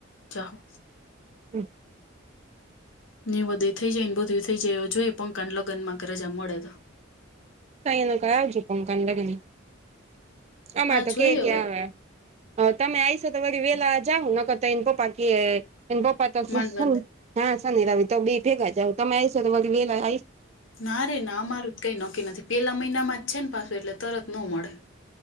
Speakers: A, on the left; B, on the right.
A: જાહો.
B: હમ.
A: ની વધધી થઈ જાય ને બધી થઈ જાય એવ જોઈ એ પંકાને લગ્નમાં રજા મળે તો
B: તો અહી ન કઈ આવજો પંકકાન લગ્ન આમાં,
A: હા
B: તો
A: જોઈએ
B: કે કે
A: હવે
B: આવે. હ તમે આઈશો તો વ વેલા જાઓ ન કરતા એને પપ્પા કે એન પપ્પા તો
A: માંડવાની
B: હા શનિ રવિ તો બી ભેગા જાવ તમે આ આવીશો તો વેલા આવીશ.
A: ના રે ના અમારું જ કઈ નક્કી નથી પેલા મહિનામાં જ છે ને પાછું એટલે તરત નો મળે.